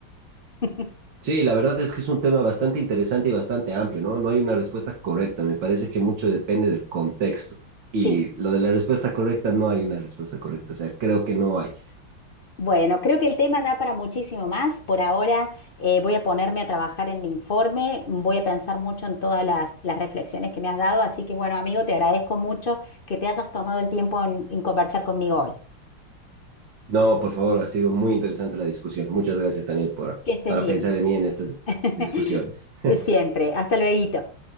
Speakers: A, on the left; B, on the right.
A: <laughs>
B: Sí, la verdad es que es un tema bastante interesante y bastante amplio, ¿no? No hay una respuesta correcta, me parece que mucho depende del contexto. Y
A: Sí.
B: lo de la respuesta correcta, no hay una respuesta correcta, o sea, creo que no hay.
A: Bueno, creo que el tema da para muchísimo más. Por ahora eh, voy a ponerme a trabajar en mi informe, voy a pensar mucho en todas las, las reflexiones que me has dado, así que bueno, amigo, te agradezco mucho que te hayas tomado el tiempo en en conversar conmigo hoy.
B: No, por favor, ha sido muy interesante la discusión. Muchas gracias también por,
A: Que estés
B: para
A: bien.
B: pensar en mí en estas
A: <laughs>
B: discusiones.
A: Siempre. Hasta luego.